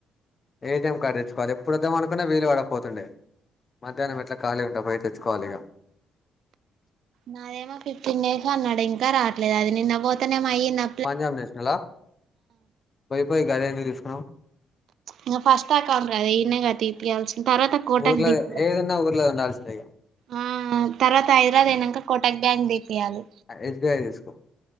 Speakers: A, on the left; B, on the right.
A: ఏ టి ఎం కార్డు తెచ్చుకోలి ఎప్పుడు వద్దాం అనుకున్నా వీలు పడకపోతుండే మధ్యాహ్నం ఎట్లా కాళీగా ఉంటా పోయి తెచ్చుకోవాలి ఇగ
B: నాదేమో ఫిఫ్టీన్ డేస్ అన్నాడు ఇంకా రావట్లేదు అది నిన్న పోతేనేమో అయినా
A: పంజాబ్ నేషనలా పోయిపోయి గది ఎందుకు తీసుకునవ్
B: ఇగ ఫస్ట్ అకౌంట్ కదా ఇన్నే కట్టిపియాల్సిన్ తర్వాత కోటక్
A: ఊర్ల
B: దీపియా
A: ఏదైనా ఊర్లో ఉండాల్సిందే ఇగ
B: ఆ తర్వాత హైదరాబాద్ పేయినంక కోటక్ బ్యాంక్ దీపియాలి
A: ఎస్ బి ఐ తీసుకో